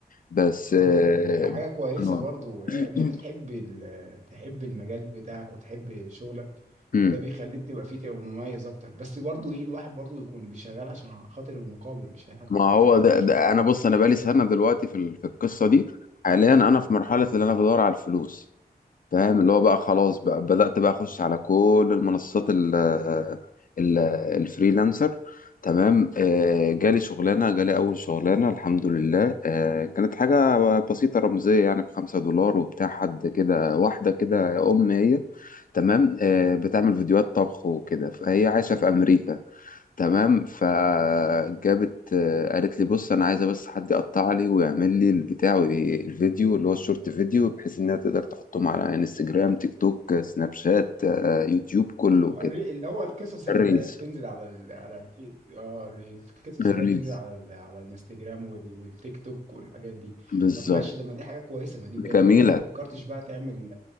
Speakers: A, on the left; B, on the right.
A: بس
B: اه
A: آه
B: طبعا هي حاجة كويسة
A: آه.
B: برضو آه،
A: <clears throat>
B: ان انت تحب ال... تحب المجال بتاعك وتحب شغلك
A: مم.
B: ده بيخليك تبقى فيه تبقى مميز اكتر بس برضو ايه الواحد برضو يكون بيشغل عشان خاطر المقابل مش هنضحك
A: ما
B: على
A: هو
B: بعض يعني
A: ده,
B: مش
A: ده أنا بص أنا بقالي سنة دلوقتي في, ال- في القصة دي حاليا أنا في مرحلة اللي أنا بدور على الفلوس فاهم اللي هو بقى خلاص بقى بدأت بقى أخش على كل المنصات ال ال الفريلانسر تمام آه، جالي شغلانة جالي أول شغلانة الحمد لله آه، كانت حاجة بسيطة رمزية يعني بخمسة دولار وبتاع حد كده واحدة كده أم هي تمام آه، بتعمل فيديوهات طبخ وكده فهي عايشة في أمريكا تمام فجابت آه، قالت لي بص انا عايزه بس حد يقطع لي ويعمل لي البتاع وي- الفيديو اللي هو الشورت فيديو بحيث انها تقدر تحطهم على انستجرام تيك توك آه، سناب شات آه، يوتيوب كله
B: آه،
A: كده
B: الري- اللي هو القصص اللي
A: الريلز
B: بتنزل
A: <coughs>
B: على ال... على التيك اه الري- القصص
A: <clears throat> الريلز
B: اللي هي بتنزل على ال... على الانستجرام وال... والتيك توك والحاجات دي
A: بالظبط
B: طب ماشي ده ما دي حاجه كويسه ما دي
A: جميلة
B: بدايه طب انت ما فكرتش بقى تعمل